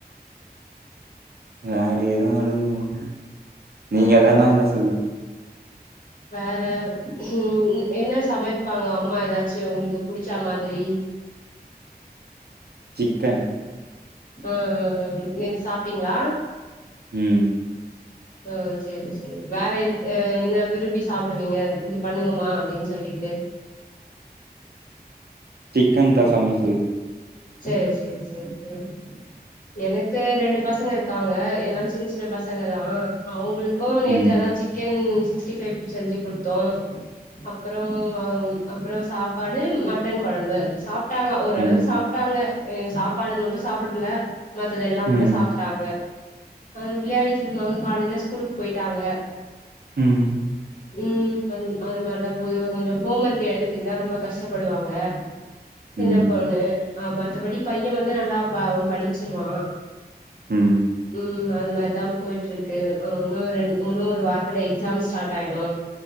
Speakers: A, on the right; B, on the left.
A: வேற எது <unintelligible> நீங்க
B: ம்
A: எதான்னா இருந்தா சொல்லுங்
B: வேற உஹம் என்ன சமைப்பாங்க அம்மா எதாச்சு உங்களுக்கு புடிச்ச மாதிரி
A: சிக்கன்
B: அஹ் அஹ் அஹ் நேத்து சாப்ட்டிங்ளா
A: உம்
B: அஹ் சரி சரி வேற என்ன விரும்பி சாப்பிடுவீங்க இது பண்ணுங்கமா அப்டின் சொல்லிட்டு
A: <inaudible> சிக்கன் தா சமைக் சொல்வ
B: சரி சரி சரி சரி எனக்கு ரெண்டு பசங்க இருக்காங்க எல்லா சின்ன சின்ன பசங்க தா அவுங்களுக் க்கா நேத்து
A: ம்.
B: அதா சிக்கன் சிக்ஸ்டிஃபைவ் செஞ்சு குடுத்தோ அப்பறோ அப்பறோ சாப்பாடு மட்டன் கொழம்பு சாப்ட்டாங்க ஓரளவுக்கு
A: ம்.
B: சாப்ட்டாங்க சாப்பாடு மட்டு சாப்பட்ல மத்ததெல்லா
A: ம்.
B: மட்டு சாப்ட்டாங்க அ விளையாடிட்டு இருந்தாங்க காலைல ஸ்கூல் போய்ட்டாங்க
A: ம்.
B: உம் அது மாரிதா போது கொஞ்சோ ஹோம் ஒர்க் எழுதறதுக்கு தா ரொம்ப கஷ்டப்படுவாங்க
A: ம்.
B: சின்ன பொண்ணு ஆஹ் மத்தபடி பைய வந்து நல்லா அவ படிச்சிருவா
A: ம்.
B: உம் அது மாரி தா போயிட்டு இருக்கு இன்னு ரெ இன்னு ஒரு வாரத்துல எக்ஸாம் ஸ்டார்ட் ஆயிடு